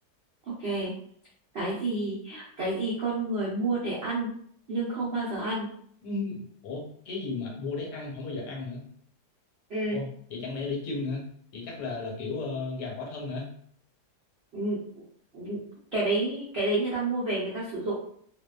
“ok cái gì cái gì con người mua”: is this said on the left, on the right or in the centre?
Right